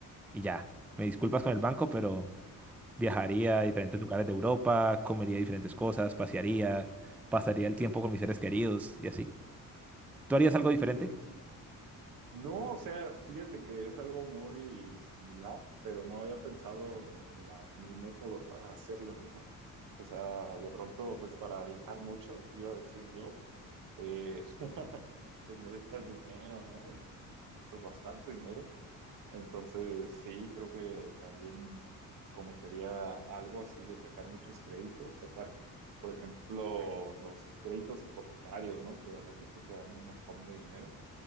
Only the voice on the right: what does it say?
Sí, sí, sí. No, o sea, fíjate que es algo muy similar, pero no había pensado en, la- en el método para hacerlo, ¿no? O sea, de pronto, pues para viajar mucho, iba a decir yo, eh, <laughs> pues necesitas dinero, ¿no? Y necesitas bastante dinero. Entonces, sí, creo que también cometería algo así de sacar muchos créditos, sacar, por ejemplo, los créditos hipotecarios, ¿no? Que de repente te dan un montón de dinero.